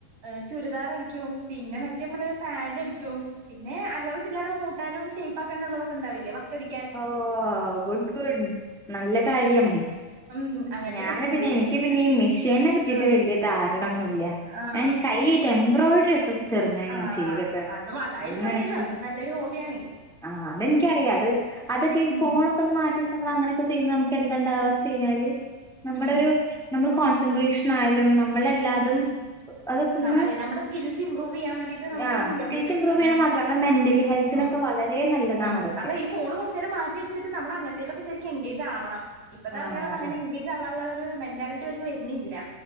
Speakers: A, on the right (about 55°); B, in the centre.
A: ഏ ചുരിദാറടിക്കും പിന്നെ മറ്റേ മ്മള് പാന്റടിക്കും പിന്നെ അല്ലറ ചില്ലറ മൂട്ടാനും ഷെയപ്പാക്കാനുള്ളതൊക്കെണ്ടാവില്ലേ വക്കടി
B: ഓ ഗുഡ് ഗുഡ് നല്ല കാര്യം
A: ഉം ഉം അങ്ങനത്തൊക്കെ
B: ഞാന്
A: ചെയ്യും
B: പിന്നെ എനിക്ക് പിന്നെ ഈ മിഷേനെ പറ്റീട്ട്
A: ആഹ്
B: വല്ല്യ ധാരണൊന്നൂല്ല
A: ആഹ്
B: ഞാന് ഈ കയ്യീക്കെ എംബ്രോയ്ഡ്രി ഒക്ക് ചെറ്ങ്ങനങ്ങനെ
A: ആഹ്
B: ചീതൊക്കെ
A: അതും അതായാലും
B: അങ്ങനക്ക്
A: മതിയല്ലോ അത് നല്ലൊരു ഹോബിയാണേ
B: ആ അതെനിക്കറിയ
A: ഉം
B: അത് അതൊക്കെ ഈ
A: ഉം
B: ഫോണൊക്കെ ഒന്ന് മാറ്റിച്ച് നമ്മളങ്ങനെക്കെ ചെയ്യുമ്പോ നമുക്ക് എന്താണ്ടവ ച്ചയ്ഞ്ഞാല് നമ്മുടെ
A: ഉം
B: ഒരു മ്ച് നമ്മൾ കോൺസെൻട്രേഷൻ ആയാലും നമ്മളെല്ലാതും
A: ഉം ഉം.
B: അതൊക്കൊന്ന്
A: ന അതെ നമ്മുടെ സ്കിൽസ് ഇമ്പ്രൂവ് ചെയ്യാൻ വേണ്ടിട്ട് നമുക്ക്
B: യാ
A: ചെയ്യാൻ
B: സ്കിൽസ്
A: പറ്റും
B: ഇമ്പ്രൂവ്
A: അങ്ങനെ
B: ചിയ്യ്ണമാത്രം നമ്മടെ മെന്റലി ഹെൽത്തിനൊക്കെവാ
A: ഉം
B: വളരെ നല്ലതാണതൊക്കെ
A: ഉം അതെ ഈ ഫോണ് കൊറച്ചേരം മാറ്റിെച്ചിട്ട് നമ്മളങ്ങൻത്തേനൊക്കെ ശരിക്ക എൻഗേജ് ആവണം ഇപ്പോത്തെ ആൾക്കാരൊക്കെ
B: ആഹ്
A: അങ്ങന
B: അതെ
A: എഗേജ് ആവാനുള്ള ത് മെന്റാല്റ്റി അവർക്ക് വരുണില്ല